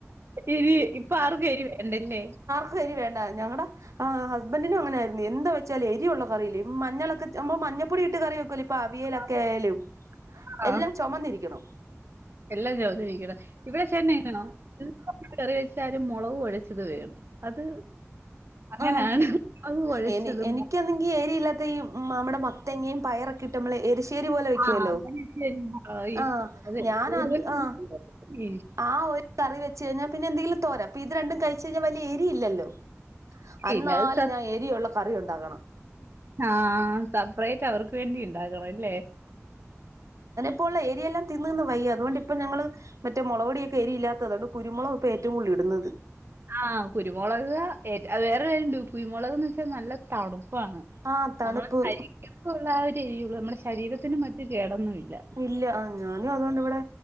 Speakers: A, on the right; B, on the right.
A: എരി. ഇപ്പൊ ആർക്കരി വേണ്ടല്ലേ.
B: ഇപ്പ എരി വേണ്ട. ഞങ്ങളുടെ ആഹ്. ഹസ്ബൻറിനും അങ്ങനെയയിരുന്നു. എന്താ വെച്ചല് എരിയള്ള കറിയില്ലേ മഞ്ഞളൊക്കെ മഞ്ഞപ്പൊടിയിട്ട് കറിയക്കല്ല ഇപ്പൊ അവിയലൊക്കെ
A: ആ
B: ആയാലും.
A: ആ
B: എല്ലാം ചുമന്നിരിക്കണം
A: എല്ലാം ചോമനിരിക്കണം. ഇവിടെ ചെന്നൈനോ. കറി വെച്ചാല മുളക് ഒഴച്ചത് വേണം. അത് അങ്ങനാണ്
B: ആഹ്.
A: മുളക് കുഴച്ചതും
B: എനി എനിക്കണെങ്കി ഏരിയില്ലാത്തഈ നമ്മുടെ മത്തേങ്ങയും പയറൊക്കെ ഇട്ട് നമ്മള് എരി ശെരി പോലെ വെക്കുവല്ലോ.
A: ആ ശരി. ഈ
B: ആ
A: അതെ
B: ഞൻ
A: കൂടുതലും
B: ആ
A: ഈ
B: ആ കറി വെച്ച് കഴഞ്ഞാൽ പിന്നെന്തെങ്കിലും തോര. അപ്പ ഇത് രണ്ടും കഴച്ച് കഴിഞ്ഞാൽ വല്ലിയ എരി ഇല്ലല്ലോ. എന്നാല്
A: ഇല്ല അത്
B: ഞാൻ എരിയുള്ള കറി ഉണ്ടാക്കണം.
A: ആഹ് സപ്പറേറ്റ് അവർക്ക് വേണ്ടി ഉണ്ടാക്കണംല്ലേ.
B: ഇപ്പോൾ ഒള്ള എരിയെല്ലാം തിന്ന്നിന്ന് വയ്യ. അതുകൊണ്ട് ഇപ്പം ഞങ്ങള് മറ്റേ മുളക പൊടൊക്കെ എരില്ലാത്തതുകണ്ട്. കുരുുളക ഇപ്പോ ഏറ്റവും കൂടുതൽ ഇടുന്നത്
A: ആഹ് കുരുമുളക അത് വേറെ കാര്യയണ്ട്. കുരുമുളക്ന്ന് വെച്ചാൽ നല്ല തണുപ്പാണ്.
B: ആഹ് തണുപ്പ്
A: നമ്മള്രിക്കഴിക്കത്തള്ള ആ എര്യുള്ളൂ നമ്മുടെ ശരീരത്തിന് മറ്റു കേടൊന്നുംല്ല.
B: ഇല്ല. ആ ഞാനും അതുകൊണ്ട് ഇവിടെ